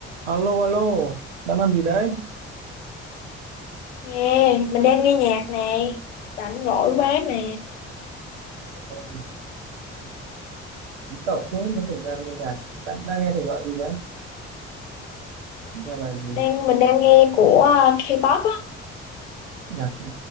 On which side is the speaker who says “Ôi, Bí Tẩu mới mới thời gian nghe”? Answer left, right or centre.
Right